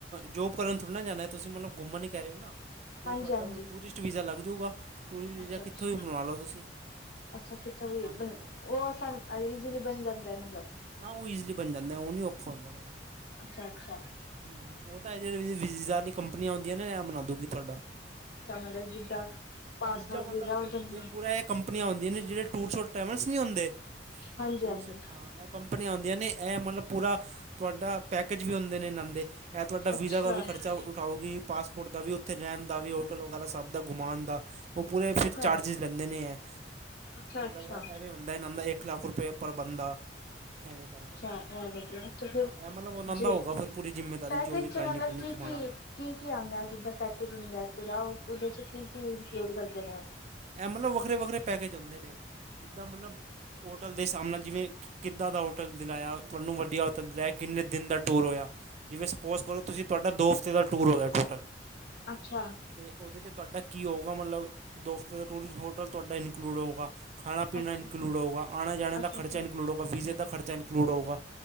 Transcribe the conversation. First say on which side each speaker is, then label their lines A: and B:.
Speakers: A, on the right; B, on the left.
A: ਜੋਬ ਕਰਨ ਥੋੜ੍ਹੀ ਨਾ ਜਾਂਨਾ, ਤੁਸੀਂ ਮਤਲਬ ਘੁੰਮਣ ਹੀਕਹਿ ਰਹੇ ਹੋਨਾ। ਤੇ
B: ਹਾਂਜੀ
A: ਤੁਹਾਡਾ
B: ਹਾਂਜੀ।
A: ਉ ਟੂਰਿਸਟ ਵੀਜ਼ਾ ਲੱਗ ਜਾਉਗਾ, ਟੂਰਿਸਟ ਵੀਜ਼ਾ
B: ਅੱਛਾ-ਅੱਛਾ।
A: ਕਿਥੋਂ ਹੀ ਬਨਵਾ
B: ਅੱਛਾ
A: ਲਓ ਤੁਸੀਂ।
B: ਅੱਛਾ, ਕਿੱਥੋਂ ਵੀ
A: ਬਣ ਜਾਂਦਾ ਵਾ
B: ਉਹ ਅਸਲ ਈਜ਼ੀਲੀ ਬਣ ਜਾਂਦਾ ਹੈ, ਮਤਲਬ?
A: ਹਾ ਉ ਈਜ਼ੀਲੀ ਬਣ ਜਾਂਦਾ ਹੈ, ਉਹ ਨੀ ਔਖਾ ਹੁੰਦਾ ਬਣ
B: ਅੱਛਾ-ਅੱਛਾ।
A: ਹੂੰ-ਹੂੰ ਉ ਤਾਂ ਏ ਵੀਜ਼ਾ ਵਾਲੀ ਕੰਪਨੀਆ ਹੁੰਦੀਆਂ ਨੇ, ਉਹ ਬੜਾ ਦੋਗੀ ਤੁਹਾਡਾ।
B: ਇਸ ਦਾ ਮਤਲਬ ਜਿਦਾ ਪਾਸਪੋਰਟ
A: ਦੂਜਾ ਮਤਲਬ
B: ਵੀਜ਼ਾ ਹੋ ਜਾਵੇ।
A: ਇਹ ਪੂਰਾ ਇਹ ਕੰਪਨੀਆਂ ਉਂਨਦੀਆਂ ਨੇ ਜਿਹੜੇ ਟੂਰਸਡ ਟਰੈਵਲਸ ਨਹੀਂ ਹੁੰਦੇ।
B: ਹਾਂਜੀ-ਹਾਂਜੀ।
A: ਟੂਰਸ ਆ ਏ ਕੰਪਨੀਆਂ ਉਂਦੀਆਂ ਨੇ, ਮਤਲਬ ਉਹਨਾਂ ਕੋਲ ਤੁਹਾਡਾ ਪੂਰਾ ਪੈਕੇਜ ਵੀ ਹੁੰਦੇ ਇਨ੍ਹਾਂ ਦੇ। ਏ ਤੁਹਾਡਾ ਵੀਜ਼ੇ
B: ਅੱਛਾ-ਅੱਛਾ।
A: ਦਾ ਵੀ ਖਰਚਾ ਉ ਉਠਾਓਗੀ ਪਾਸਪੋਰਟ ਦਾ ਵੀ, ਉੱਥੇ ਰਹਿਣ ਦਾ ਵੀ, ਹੋਟਲ ਵਗੈਰਾ ਸਬ ਦਾ ਘੁੰਮਾਣ ਦਾ ਉਹ ਪੂਰੇ ਫਿਰ ਚਾਰਜਿਸ
B: ਅੱਛਾ-ਅੱਛਾ।
A: ਲੈਂਦੇ ਨੇ ਏ
B: ਅੱਛਾ
A: ਮਤਲਬ
B: ਅੱਛਾ
A: ਐਵੇਂ ਹੁੰ ਦੇਣ ਆਂਦਾ ਇੱਕ ਲੱਖ ਰੁਪਏ ਪ੍ਰਰ ਬੰਦਾ ਏਵੇ। ਕਰਕੇ
B: ਅੱਛਾ ਇਹ ਵਧੀਆ ਤੇ ਫਿਰ
A: ਹਾਂ, ਇਹ ਮਤਲਬ ਫਿਰ ਉਹਨਾਂ ਦੀ
B: ਜੀ
A: ਹੀ ਪੂਰੀ ਜ਼ਿੰਮੇਵਾਰੀ
B: ਪੈਕੇਜ
A: ਹੋਵੇਗੀ ਜੋ ਵੀ
B: ਚ
A: ਕਰਨੀ-ਕੁਰਨੀ
B: ਮਤਲਬ ਕੀ-ਕੀ
A: ਘੁਮਾਣਾ।
B: ਕੀ-ਕੀ ਆਉਂਦਾ ਜਿੱਦਾਂ ਪੈਕੇਜ ਹੁੰਦਾ ਐ ਪੂਰਾ, ਉ ਉਹਦੇ ਚ' ਕੀ-ਕੀ ਇਨਕਲੂਡ ਕਰਦੇ ਨੇਂ ਉ?
A: ਇਹ ਮਤਲਬ ਵੱਖਰੇ-ਵੱਖਰੇ ਪੈਕੇਜ ਹੁੰਦੇ ਨੇ, ਜਿਵੇਂ ਮਤਲਬ ਹੋਟਲ ਦੇ ਹਿਸਾਬ ਨਾਲ। ਕਿੱਦਾਂ ਦਾ ਹੋਟਲ ਦਿਲਾਇਆ, ਤੁਹਾਨੂੰ ਵਧੀਆ ਹੋਟਲ ਦਿਵਾਇਆ, ਕਿੰਨੇ ਦਿਨਾਂ ਦਾ ਟੂਰ ਹੋਇਆ? ਜਿਵੇਂ ਸਪੋਜ਼ ਕਰੋ, ਤੁਸੀ ਤੁਹਾਡਾ ਦੋ ਹਫ਼ਤਿਆਂ ਦਾ ਟੂਰ ਹੋ ਗਿਆ ਟੋਟਲ।
B: ਅੱਛਾ।
A: ਤੇ ਉਹਦੇ ਵਿੱਚ ਤੁਹਾਡਾ ਕੀ ਹੋਊਗਾ ਮਤਲਬ ਦੋ ਹਫਤੇ ਦਾ ਟੂਰਿਸਟ ਹੋਟਲ ਤੁਹਾਡਾ ਇਨਕਲੂਡ ਹੋਊਗਾ। ਖਾਣਾ-ਪੀਣਾ
B: ਅੱਛਾ,
A: ਇਨਕਲੂਡ ਹੋਉਗਾ, ਆਣੇ-ਜਾਣੇ ਦਾ
B: ਅੱਛਾ-ਅੱਛਾ
A: ਖਰਚਾ ਵੀ ਇਨਕਲੂਡ ਹੋਉਗਾ, ਵੀਜ਼ੇ ਦਾ ਖਰਚਾ ਇਨਕਲੂਡ ਹੋਉਗਾ।